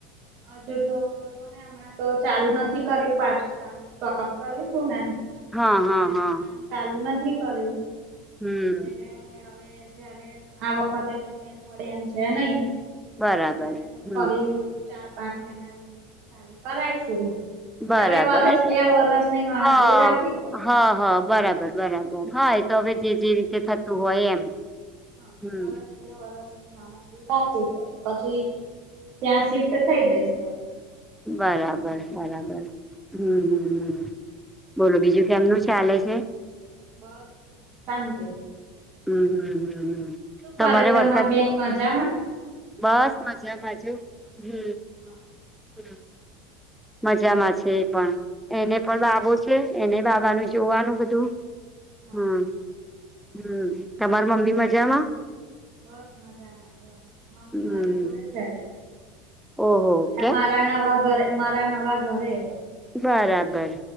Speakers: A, on the right; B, in the centre.
A: આજ તો હમણાં તો ચાલુ નથી કર્યું પાછું કામ સોપ કર્યું તું ને
B: હા
A: એટલે
B: હા હા
A: કામ ચાલુ નથી કર્યું
B: હમ
A: એટલે હવે જયારે આ વખતે તો મેર પડે એમ છે નહી
B: બરાબર
A: એટલે હવે
B: હમ
A: ફરી ચાર પાંચ મહિના રહીને ચાલુ કરાયશું એટલે
B: બરાબર
A: હવે વરસ
B: હ
A: બે વરસ ની ગણતરી
B: હ હ
A: રાખવી પડે
B: હા
A: એમ
B: બરાબર બરાબર હય તો હવે જે જે રીતે થતું હોય એમ
A: હા
B: હમ
A: વરસ બે વરસ ની રા પડે પછી ત્યાં શિફ્ટ થઈ જઈશ અમે
B: બરાબર
A: નવા
B: બરાબર હમ હમ બોલો બીજું કેમનું ચાલે છે
A: બ શાંત
B: હમ
A: કરે
B: તમારે
A: તમાર
B: વરસાદ
A: બેન મજામાં
B: બસ મજા બાજુ હમ
A: હા
B: હ મજામાં છે એ પણ એને પણ બાબો છે એને બાબાનું જોવાનું બધું
A: હા
B: હમ હમ તમાર મમ્મી મજામાં?
A: બસ મજામાં જ મમ્મી
B: હમ
A: મારી જોડે જ છે છે
B: ઓહો ઓકે
A: ત્યાં મારા નવા ઘરે મારા નવા ઘરે
B: બરાબર